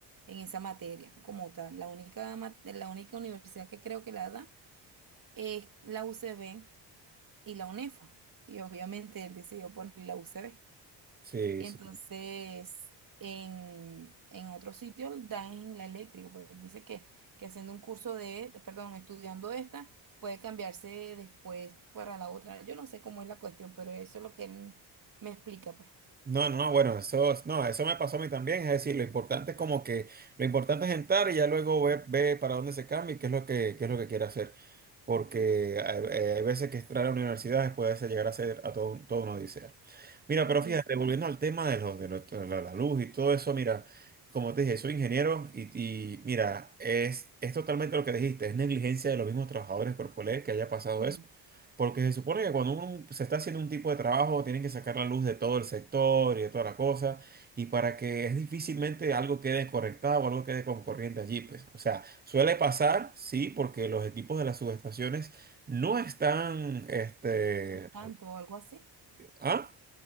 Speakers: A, on the right; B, on the right.
A: en esa materia como tal. La única, ma- la única universidad que creo que la da es la UCB y la UNEFA. Y obviamente él decidió por la UCB.
B: sí,
A: Y
B: sí.
A: entonces, en, en otro sitio dan en la eléctrica. Pues dice que, que haciendo un curso de, perdón, estudiando esta, puede cambiarse después para la otra. Yo no sé cómo es la cuestión, pero eso es lo que él me explica, pues.
B: No, no, no, bueno, eso, no, eso me pasó a mí también, es decir, lo importante es como que, lo importante es entrar y ya luego ve, ve para dónde se cambia y qué es lo que, qué es lo que quiere hacer porque hay, eh, hay veces que entrar a universidades puede ser- llegar a ser a todo, un- toda una odisea. Mira, pero
A: Sí,
B: fíjate,
A: sí.
B: volviendo al tema de, los de, los- de la la luz y todo eso, mira, como te dije, soy ingeniero y, y mira, es, es totalmente lo que dijiste, es negligencia de los mismos trabajadores corporales que haya pasado
A: Sí,
B: eso. Porque se supone que cuando uno se está haciendo un tipo de trabajo, tienen que sacar la luz de todo el sector y de toda la cosa y para que es difícilmente algo quede conectado o algo quede con corriente allí, pues. O sea, suele pasar, sí, porque los equipos de las subestaciones no están, este,
A: al tanto o algo así.
B: ah,